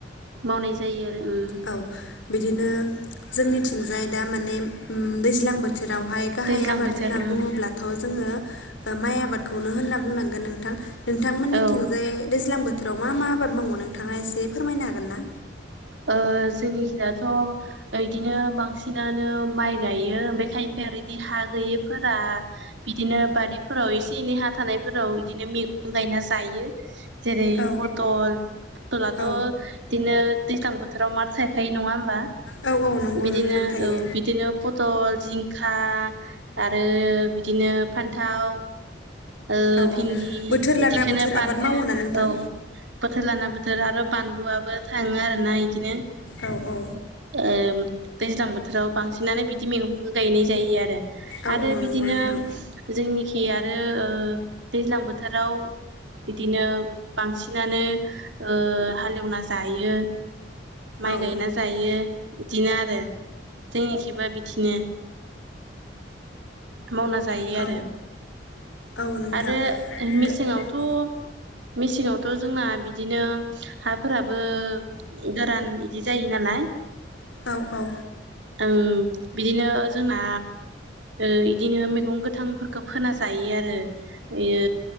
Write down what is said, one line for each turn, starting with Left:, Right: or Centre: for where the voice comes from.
Right: मावनाय जायो आरो उम
Left: औ बिदिनो जोंनिथिंजाय दा माने दैज्लां बोथोर बोथोरावहाय गाहाय
Right: दैज्लां
Left: आबाद
Right: बोथोर
Left: होनना
Right: ओं
Left: बुङोब्लाथ' जो जोङो ओ माइ आबादखौनो होनना बुंनांगोन नोंथां नोंथांमोननिथिंजाय
Right: औ
Left: दैज्लां बोथोर बोथोराव मा मा आबाद मावो नोंथाङा एसे फोरमायनो हागोन ना
Right: ओ जोंनिखिदाथ' ओ इदिनो बांसिनानो माइ गायो ओमफ्राय खायफाया आरो इदि हा गैयैफोरा बिदिनो बारिफोराव एसे एनै हा थानायफोराव बिदिनो मेगं गं गायना जायो जेरै
Left: औ
Right: पटल पटलाथ'
Left: औ
Right: आइदिनो दैज्लां बोथोराव मार थाइखायो नङा होमबा
Left: औ औ नंगौ
Right: बिदिनो
Left: नोंथां थायो
Right: औ बिदिनो पटल जिंखा आरो बि बिदिनो फान्थाव ओ
Left: औ
Right: भिन्दि
Left: औ बोथोर
Right: बिदिखोनो
Left: लाना बोथोर
Right: बानलु
Left: आबाद मावोना नोंथां?
Right: औ बोथोर लाना बोथोर आरो बानलुआबो थाङो आरोना इदिनो
Left: औ औ
Right: ओम दैज्लां बोथोराव बांसिनानो बिदि मैगंखौ गायनाय जायो आरो आरो
Left: औ औ
Right: बिदिनो
Left: नंगौ नोंथां
Right: जोंनिखि आरो ओ दैज्लां बोथोराव बिदिनो बांसिनानो ओ हालेवना जायो माइ
Left: औ
Right: गायना जायो बिदिनो आरो जोंनिखिबो बिदिनो मावना जायो
Left: औ
Right: आरो
Left: औ नोंथां
Right: आरो ओ मेसेङावथ'
Left: दा
Right: मेसेङाव दाथ' जोंना बिदिनो हाफोराबो गोरान इदि जायो नालाय
Left: औ औ
Right: ओं बिदिनो जोंना ओ इदिनो मैगं गोथांफोरखौ फोना जायो आरो बेयो